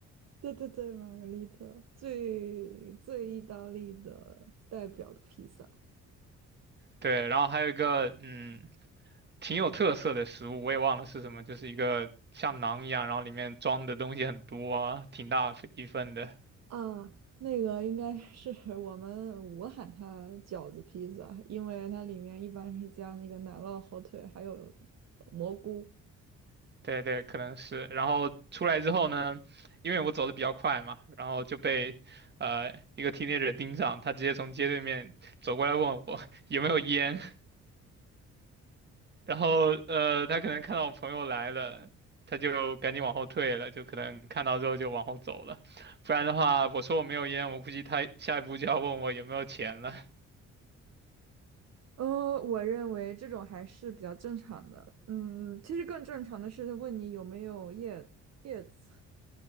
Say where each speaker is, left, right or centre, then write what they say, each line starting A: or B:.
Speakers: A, on the right; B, on the right.
A: 对对对，玛格丽特最最意大利的代表的披萨
B: 对，然后还有一个嗯挺有特色的食物，我也忘了是什么，就是一个像馕一样，然后里面装的东西很多啊，挺大一份的，
A: 啊，那个应该是 <laughs> 我们我喊它饺子披萨，因为它里面一般是加那个奶酪、火腿还有蘑菇。
B: 对对，可能是。然后出来之后呢，因为我走的比较快嘛，然后就被呃一个 teenager 盯上，他直接从街对面走过来问我 <laughs> 有没有烟，然后呃他可能看到我朋友来了，他就赶紧往后退了，就可能看到之后就往后走了，不然的话我说我没有烟，我估计他下一步就要问我有没有钱了。
A: 呃，我认为这种还是比较正常的。嗯，其实更正常的是问你有没有叶叶子。